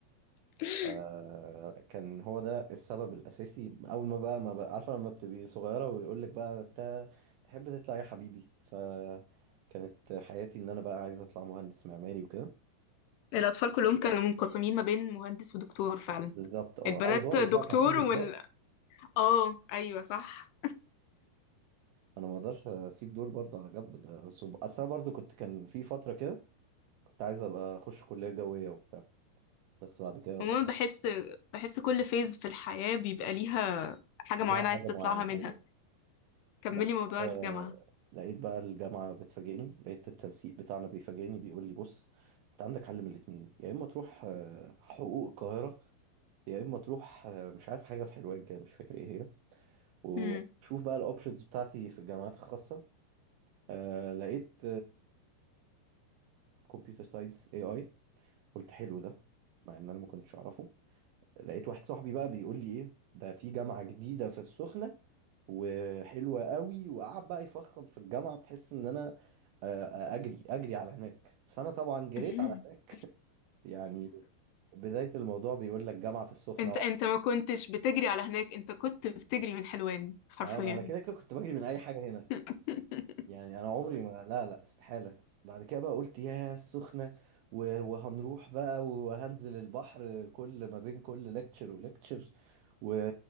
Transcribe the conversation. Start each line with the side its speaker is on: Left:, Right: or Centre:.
Left: <laughs>
Right: فكان هو ده السبب الأساسي أول ما بقى ما بقى عارفة لما بتبقي صغيرة ويقول لك بقى أنت تحب تطلع إيه يا حبيبي فكانت حياتي إن أنا بقى عايز أطلع مهندس معماري وكده
Left: الأطفال كلهم كانوا منقسمين ما بين مهندس ودكتور فعلا
Right: بالظبط أه
Left: البنات
Right: أو ضابط
Left: دكتور
Right: لا كان في ضباط
Left: وال اه أيوة صح
Right: أنا ما أقدرش أسيب دول برضه على جنب ده صب- أصل أنا برضه كنت كان في فترة كده كنت عايز أبقى أخش كلية جوية وبتاع بس بعد كده
Left: عموما
Right: فكرت
Left: بحس بحس كل فيز في الحياة بيبقى ليها حاجة
Right: ليها
Left: معينة
Right: حاجة
Left: عايز تطلعها
Right: معينة
Left: منها
Right: أيوه
Left: كملي
Right: بعد
Left: موضوع
Right: كده
Left: الجامعة
Right: لقيت بقى الجامعة بتفاجئني لقيت التنسيق بتاعنا بيفاجئني بيقول لي بص انت عندك حل من الاتنين يا اما تروح آه، حقوق القاهرة يا اما تروح آه، مش عارف حاجة في حلوان كده مش فاكر ايه هي وشوف
Left: مم.
Right: بقى الاوبشنز بتاعتي في الجامعات الخاصة آه، لقيت كمبيوتر ساينس اي اي قلت حلو ده مع ان انا ما كنتش اعرفه لقيت واحد صاحبي بقى بيقول لي ايه ده في جامعة جديدة في السخنة وحلوة قوي وقعد بقى يفخم في الجامعة بحيث ان انا آه، آه، اجري اجري على هناك فانا طبعا جريت
Left: <laughs>
Right: على هناك <laughs> يعني بداية الموضوع بيقول لك جامعة في السخنة
Left: انت
Right: وعلى.
Left: انت ما كنتش بتجري على هناك انت كنت بتجري من حلوان حرفيا
Right: اه ما انا كده كده كنت بجري من اي حاجة هنا
Left: <laughs>
Right: يعني انا عمري ما لا لا استحالة بعد كده بقى قلت يا السخنة و- وهنروح بقى وهنزل البحر كل ما بين كل لكتشر ولكتشر و...